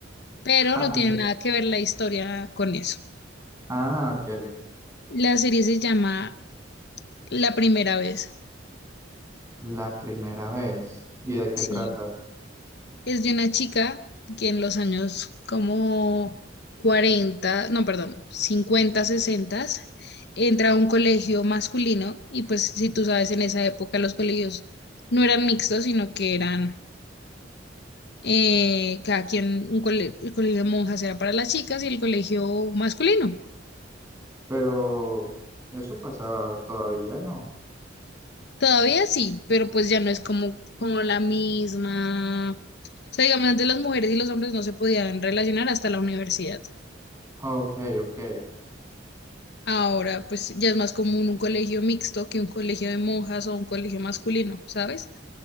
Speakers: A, on the left; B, on the right.
A: pero
B: ah,
A: no tiene
B: ent-
A: nada que ver la historia con eso.
B: ah, ok,
A: La serie se llama La primera vez,
B: la primera vez. ¿Y de qué
A: sí.
B: trata?
A: Es de una chica que en los años como 40 no, perdón, 50 60, entra a un colegio masculino y pues si tú sabes, en esa época los colegios no eran mixtos, sino que eran eh, cada quien, un cole- el colegio de monjas era para las chicas y el colegio masculino.
B: Pero eso pasa todavía, ¿no?
A: Todavía sí, pero pues ya no es como, como la misma. O sea, digamos, antes las mujeres y los hombres no se podían relacionar hasta la universidad.
B: Ok, ok.
A: Ahora, pues ya es más común un colegio mixto que un colegio de monjas o un colegio masculino, ¿sabes?